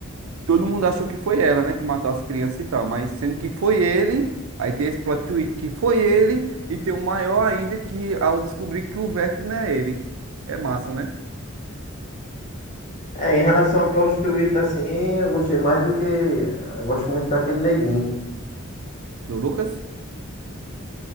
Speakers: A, on the right; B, on the left.
A: todo mundo achou que foi ela, né, que matou as crianças e tal, mas sendo que foi ele, aí tem esse plot twist que foi ele, e tem o maior ainda que ao descobrir que o Vecna não é ele. É massa, né?
B: É, em relação a plot twist, assim, eu gostei mais do que. Eu gosto muito daquele neguinho.
A: Do Lucas?